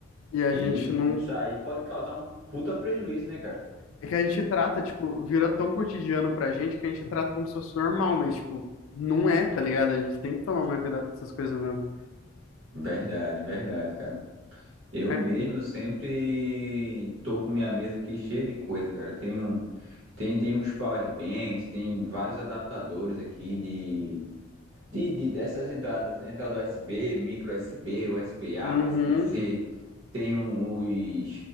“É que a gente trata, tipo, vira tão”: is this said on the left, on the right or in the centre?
Left